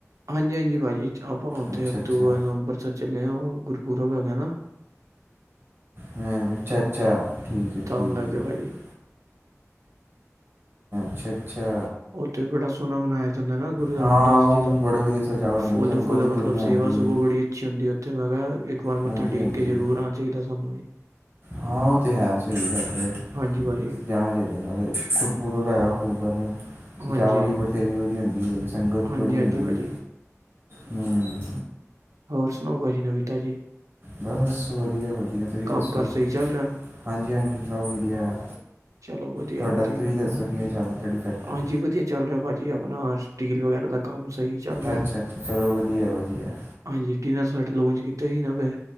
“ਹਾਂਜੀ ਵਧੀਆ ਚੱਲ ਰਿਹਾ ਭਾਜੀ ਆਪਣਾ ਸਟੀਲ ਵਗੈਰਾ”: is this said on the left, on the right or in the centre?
Right